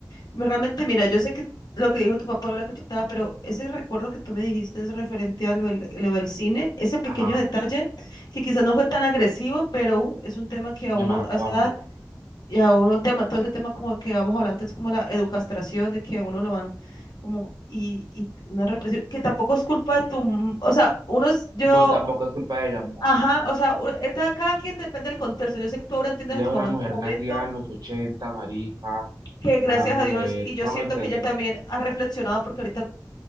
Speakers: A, on the left (about 65°); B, on the right (about 65°).
A: me- realmente, mira, yo sé que lo que dijo tu papá era la cachetada, pero ese recuerdo que tú me dijiste es referente a lo del, lo del cine, ese pequeño
B: Ajá,
A: detalle que quizás no fue tan agresivo, pero uf, es un tema que a
B: me
A: uno
B: marcó
A: a esa
B: amor.
A: edad y a uno tema, todo ese tema como que vamos hablando es como la educastración, de que a uno lo van como, y, y una represión, que tampoco es culpa de tu, m- o sea, uno, es- yo...
B: No, tampoco es culpa de ella, amor.
A: Ajá, o sea, u- esta- cada quien depende del contexto. Yo sé que tú ahora entiendes
B: Ella
A: a tu
B: es
A: momento,
B: una mujer
A: momento
B: nacida en los ochenta marica.
A: que gracias
B: Una mujer,
A: a Dios, y
B: ¿tú
A: yo
B: me
A: siento
B: vas a entender?
A: que ella también ha reflexionado, porque ahorita